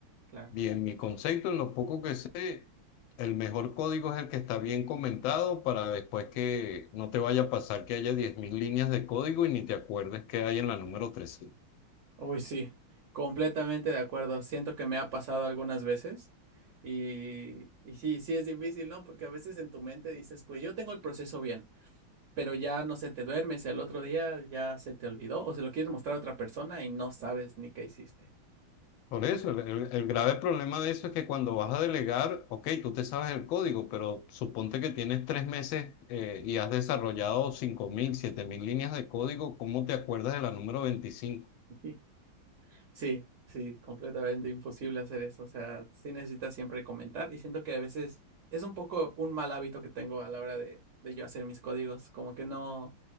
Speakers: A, on the right; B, on the left.
A: claro.
B: Y en mi concepto, en lo poco que sé, el mejor código es el que está bien comentado para después que no te vaya a pasar que haya 10.000 líneas de código y ni te acuerdes que hay en la número 13.
A: Uy, sí, completamente de acuerdo. Siento que me ha pasado algunas veces. Y, y sí, sí es difícil, ¿no? Porque a veces en tu mente dices, pues yo tengo el proceso bien pero ya no sé, te duermes y al otro día ya se te olvidó o se lo quieres mostrar a otra persona y no sabes ni qué hiciste.
B: Por eso, el, el- el grave problema de eso es que cuando vas a delegar, ok, tú te sabes el código, pero suponte que tienes tres meses eh, y has desarrollado cinco mil siete mil líneas de código, ¿cómo te acuerdas de la número veinticinco
A: <laughs> Sí, sí, completamente imposible hacer eso. O sea, sí necesitas siempre comentar y siento que a veces es un poco un mal hábito que tengo a la hora de, de yo hacer mis códigos, como que no,